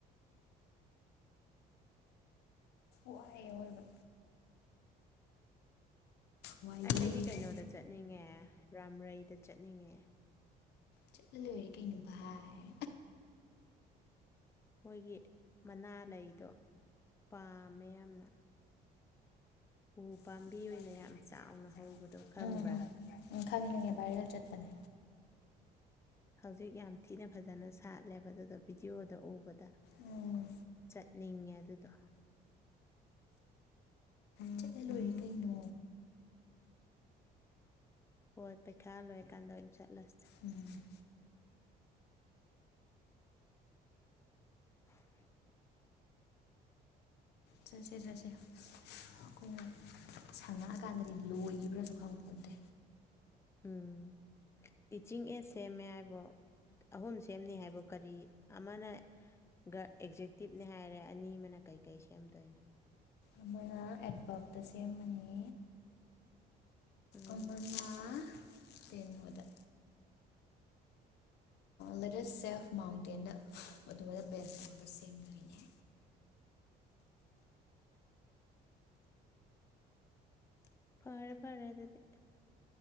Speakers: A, on the left; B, on the left.
A: ꯋꯥꯏꯌꯦ ꯑꯋꯣꯏꯕ ꯋꯥꯏꯌꯦ
B: ꯑꯩꯗꯤ
A: <unintelligible>
B: ꯀꯩꯅꯣꯗ ꯆꯠꯅꯤꯡꯉꯦ ꯔꯥꯝꯔꯩꯗ ꯆꯠꯅꯤꯡꯉꯦ
A: ꯆꯠꯂ ꯂꯣꯏꯔꯦ ꯀꯩꯅꯣ ꯚꯥꯏ
B: ꯃꯣꯏꯒꯤ ꯃꯅꯥ ꯂꯩꯗꯣ ꯄꯥꯝꯃꯦ ꯌꯥꯝꯅ ꯎ ꯄꯥꯝꯕꯤ
A: <unintelligible>
B: ꯑꯣꯏꯅ ꯌꯥꯝ ꯆꯥꯎꯅ ꯍꯧꯕꯗꯣ ꯈꯪꯕ꯭ꯔꯥ
A: ꯎꯝ ꯎꯝ ꯎꯝ ꯈꯪꯉꯦ ꯈꯪꯉꯦ ꯚꯥꯏꯔꯦꯜ ꯆꯠꯄꯅꯦ
B: ꯍꯧꯖꯤꯛ ꯌꯥꯝ ꯊꯤꯅ ꯐꯖꯅ ꯁꯥꯠꯂꯦꯕ ꯑꯗꯨꯗꯣ ꯚꯤꯗꯤꯑꯣꯗ ꯎꯕꯗ
A: ꯎꯝ
B: ꯆꯠꯅꯤꯡꯉꯦ ꯑꯗꯨꯗꯣ
A: ꯆꯠꯂ ꯂꯣꯏꯔꯦ ꯀꯩꯅꯣ
B: ꯍꯣꯏ ꯄꯩꯈꯥ ꯂꯣꯏꯔꯀꯥꯟꯗ ꯑꯣꯏꯅ ꯆꯠꯂꯁꯦ
A: ꯎꯝ
B: <unintelligible>
A: ꯆꯠꯁꯦ ꯆꯠꯁꯦ ꯑꯩꯈꯣꯏꯅ ꯁꯪꯉꯛꯑꯀꯥꯟꯗꯗꯤ ꯂꯣꯏꯈꯤꯕ꯭ꯔꯥꯁꯨ ꯈꯪ ꯄꯣꯟꯇꯦ
B: ꯎꯝ ꯇꯤꯆꯤꯡ ꯑꯦꯁ ꯅꯦꯝꯃꯦ ꯍꯥꯏꯕꯣ ꯑꯍꯨꯝ ꯁꯦꯝꯅꯤ ꯍꯥꯏꯕꯣ ꯀꯔꯤ ꯑꯃꯅ ꯒꯥ ꯑꯦꯛꯖꯦꯛꯇꯤꯞꯅꯦ ꯍꯥꯏꯔꯦ ꯑꯅꯤ ꯑꯃꯅ ꯀꯩꯀꯩ ꯁꯦꯝꯗꯣꯏꯅꯣ
A: ꯑꯃꯅ ꯑꯦꯠꯚꯔꯠꯇ ꯁꯦꯝꯃꯅꯤ
B: ꯎꯝ
A: ꯑꯃꯥꯅ ꯀꯩꯅꯣꯗ ꯂꯦꯗꯦꯁ ꯁꯦꯐ ꯃꯥꯎꯟꯇꯦꯟꯗ ꯑꯗꯨꯒꯗ ꯕꯦꯁ ꯇꯧꯔꯒ ꯁꯦꯝꯗꯣꯏꯅꯦ
B: ꯐꯔꯦ ꯐꯔꯦ ꯑꯗꯨꯗꯤ